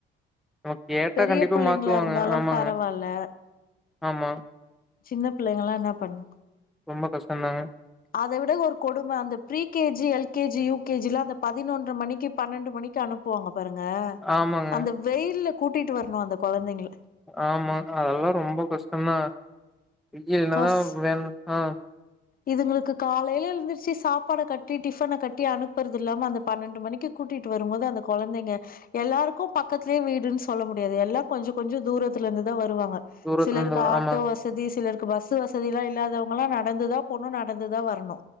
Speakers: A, in the centre; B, on the left.
A: நம்ம கேட்டா
B: பெரிய
A: கண்டிப்பா
B: புள்ளைங்களா
A: மாத்துவாங்க
B: இருந்தாலு
A: ஆமாங்க.
B: பரவால்ல
A: ஆமா
B: சின்ன பிள்ளைங்கலா என்னா பண்ணு
A: ரொம்ப கஷ்டதாங்க
B: அத விட ஒரு கொடும அந்த pre KG L KG U KG அந்த பதினொன்ற மணிக்கு பன்னெண்டு மணிக்கு அனுப் ப்புவாங்க பாருங்க
A: ஆமாங்க.
B: அந்த வெயில்ல கூட்டிட்டு வரணு அந்த கொழந்தைங்கள
A: ஆமா அதெல்லா ரொம்ப கஷ்டதா வெயில்லதா
B: கஸ்
A: வேன் ஆ
B: இதுங்களுக்கு காலைல எழுந்துச்சு சாப்பாட கட்டி டிஃபனை கட்டி அனுப்றது இல்லாம அந்த பன்னெண்டு மணிக்கு கூட்டிட்டு வரும்போது அந்த கொழந்தைங்க எல்லாருக்கு பக்கத்லயே வீடுன் சொல்ல முடியாது எல்லா கொஞ்சோ கொஞ்சோ தூரத் தில இருந்து தா வருவாங்க
A: தூரத்துல
B: சிலருக்கு
A: இருந்து வரு
B: ஆட்டோ
A: ஆமாங்க,
B: வசதி சிலருக்கு பஸ் வசதில்லா இல்லாதவங்கலா நடந்துதா போனு நடந்துதா வரனு